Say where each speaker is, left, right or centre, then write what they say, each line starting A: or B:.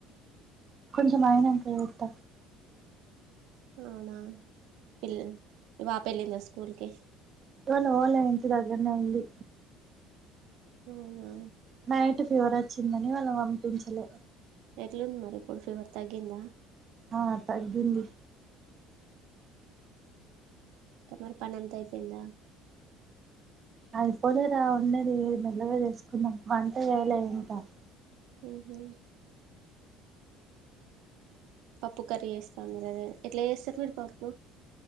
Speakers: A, on the right (about 30°); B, on the right (about 70°).
A: కొంచం అయినంక చెత్త
B: అవునా <unintelligible> స్కూల్కి
A: ఓల ఓల ఇంటి దగ్గర్నే ఉంది.
B: అవునా
A: బయటిప్ ఫీవర్ వచ్చిందని వాళ్ళన్ పంపించలే
B: ఎట్లుంది మరి ఇప్పుడు ఫీవర్ తగ్గిందా
A: ఆ తగ్గింది.
B: ఇంకా మరి పని అంతా అయిపోయిందా.
A: అయిపోనే రా ఉన్నది మెల్లగా చేసుకుందాం వంట చేయలె ఇంకా
B: హ్ హ్ పప్పు కర్రీ చేస్తాన్ది రా ఎట్లా చేస్తారు మీరు పప్పు